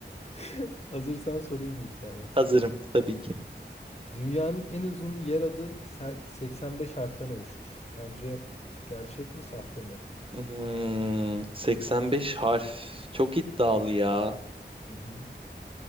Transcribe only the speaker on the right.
Hazırım tabii ki.
Hmm, 85 harf. Çok iddialı ya.